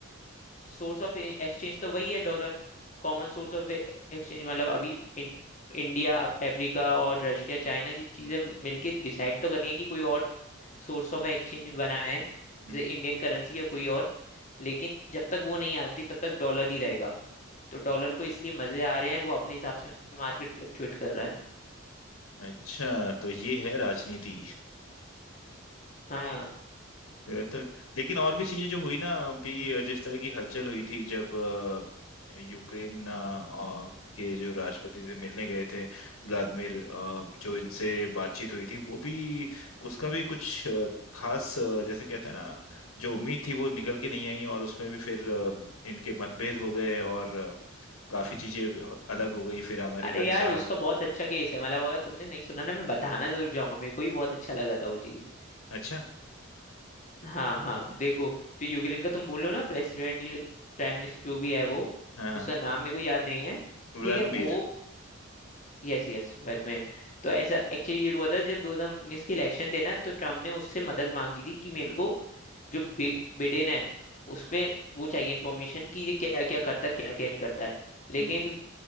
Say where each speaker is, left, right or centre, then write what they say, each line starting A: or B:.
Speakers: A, on the left (about 35°); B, on the left (about 80°).
A: सोर्स ऑफ एक्सचेंज तो वही है dollar common source of exchange मतलब अभी इन, इंडिया अफ्रीका और रशिया चाइना ये चीजें मिलके डिसाइड तो करनी है कि कोई और सोर्स ऑफ एक्सचेंज बनाए
B: हम्म।
A: जैसे इंडियन करेंसी या कोई और लेकिन जब तक वो नहीं आती तब तक डॉलर ही रहेगा तो डॉलर को इसलिए मजे आ रहे हैं वो अपने हिसाब से मार्केट फ्लक्चुएट कर रहा है
B: अच्छा तो ये है राजनीति
A: हाँ
B: ये तो लेकिन और भी चीजें जो हुई ना अभी जिस तरह की हलचल हुई थी जब अ, यूक्रेन अ, और के जो राष्ट्रपति से मिलने गए थे व्लादिमीर अ, जो इनसे बातचीत हुई थी वो भी उसका भी कुछ अ, खास अ, जैसे कहते हैं ना जो उम्मीद थी वो निकल के नहीं आई और उसमें भी फिर अ, इनके मतभेद हो गए और अ, काफी चीजें अलग हो गई फिर अमेरिका
A: अरे
B: ने
A: यार
B: कहा
A: उसका बहुत अच्छा केस है मतलब अगर तुमने नहीं सुना ना मैं बताना जरूर जाऊंगा मेरे को भी बहुत अच्छा लगा था वो चीज़
B: अच्छा
A: हाँ हाँ देखो जो यूक्रेन का तुम बोल रहे हो ना प्रेसिडेंट या प्राइम मिनिस्टर जो भी है वो
B: हाँ हाँ
A: उसका नाम मेरे को याद नहीं है ठीक
B: व्लादिमीर
A: है वो यस यस वैट में तो ऐसा एक्चुअली ये हुआ था जब 2019 के इलेक्शन थे ना तो ट्रम्प ने उससे मदद मांगी थी कि मेरे को जो बि, बिडेन है उस पे वो चाहिए इन्फॉर्मेशन कि ये क्या क्या करता क्या क्या नहीं करता है लेकिन
B: हम्म